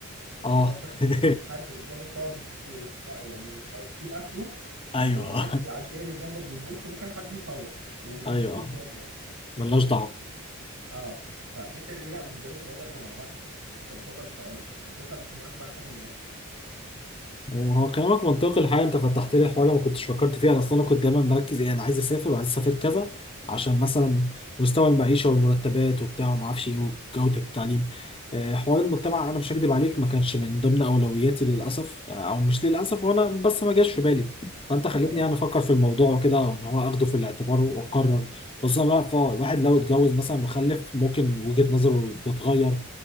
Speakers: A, on the left; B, on the right.
A: اه
B: إيه، لو انت كنت
A: <laughs>
B: بتمسك حد قدامك تقعد تخ... يعني تخ- تجيب اخره
A: أيوه
B: والناس بيعديها من جنبك بتبص ممكن حد يصور وتمسكه
A: أيوه
B: تضربه برضه
A: ملناش دعوة
B: اه فالحته دي لا بالنسبه لي الموضوع ده انا لا مش مش هقدر استوعبه بالذات لما يكون معاك بقى حد من اهلك
A: هو كلامك منطقي الحقيقه انت فتحت لي حوار ما كنتش فكرت فيه انا اصلا كنت دايما مركز ايه انا عايز اسافر وعايز اسافر كذا عشان مثلا مستوى المعيشه والمرتبات وبتاع وما اعرفش ايه وجوده التعليم آه، حوار المجتمع انا مش هكدب عليك ما كانش من ضمن اولوياتي للاسف آه، او مش للاسف وانا بس ما جاش في بالي فانت خلتني
B: ايوه
A: يعني افكر في الموضوع وكده وان هو اخده في الاعتبار واقرر خصوصا الواحد آه، الواحد لو اتجوز مثلا وخلف ممكن وجهه نظره تتغير